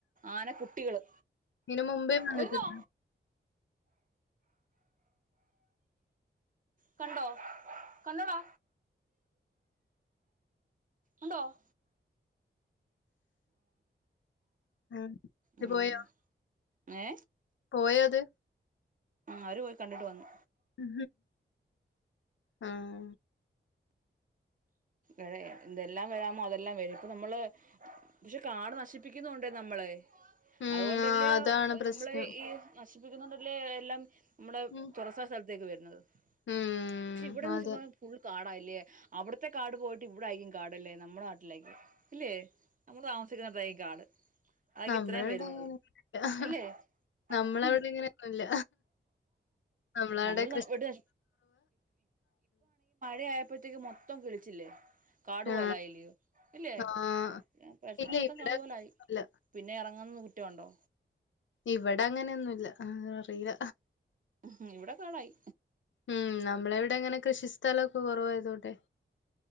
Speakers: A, on the right; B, on the left.
A: ആന കുട്ടികള്
B: ഇനി മുൻപേ ഇവിടെ വന്നിട്ടുണ്ട്
A: വരുന്നോ കണ്ടോ കണ്ടോടാ ഉണ്ടോ <inaudible>
B: ആ ഇത്
A: ഉം
B: പോയ
A: ഏ
B: പോയത്
A: ഉ അവര് പോയി കണ്ടിട്ട് വന്നു
B: ഉ ആഹ
A: ഇടെ ഇതെല്ലാം വരാമോ അതെല്ലാം വരും ഇപ്പൊ നമ്മള് പക്ഷെ കാട് നശിപ്പ് പ്പിക്കുന്നോണ്ട് നമ്മളെ
B: ഉം
A: അതുകൊണ്ടല്ലയോ
B: ആ, അതാണ് പ്രശ്നം.
A: നമ്മള് ഈ നഷ് നശിപ്പിക്കുന്നുണ്ടല്ലേ എല്ലാം നമ്മുടെ
B: ഉം.
A: തുറസായ സ്ഥലത്തേക്ക് വരും <unintelligible>
B: ഉം.
A: പക്ഷെ ഇവിടെന്ന്
B: അതെ.
A: <unintelligible> കാടാല്ലേ അവിടത്തെ കാട് പോയിട്ട് ഇവിടൊയിരിക്കും കാടല്ലേ നമ്മുടെ നാട്ടിലായിക്കും ഇല്ലേ നമ്മൾ താമസിക്കുന്നടത്തു ആയിരിക്കും കാട് അതായിരിക്കും
B: നമ്മളെവിടെ
A: ഇത്രയും വരുന്നത്
B: അങ്ങനയൊന്നുല്ല
A: അല്ലേ
B: നമ്മളെവിടെങ്ങനെയൊന്നുംല്ല
A: ഉം
B: നമ്മളവിടെ
A: നമ്മൾ
B: <unintelligible>
A: ഇവിടെ <unintelligible> ആയപ്പോത്തേക്ക് മൊത്തം കിളിച്ചില്ലേ കാടുപോലായില്ലോ
B: ആ.
A: ഇല്ലേ
B: ആ.
A: <unintelligible>
B: ഇല്ല
A: മൊത്തം
B: ഇവിടെ
A: കാടു പോലായി
B: ല്ല.
A: പിന്നെ ഇറ <unintelligible>
B: ഇവിടെ അങ്ങനെയൊന്നുമല്ല അ അറിയില്ല
A: ഉം ഇവിടെ കാടായി
B: ഉം നമ്മളെവിടെ അങ്ങനെ കൃഷി സ്ഥലം <unintelligible> കുറവായതോട്ടെ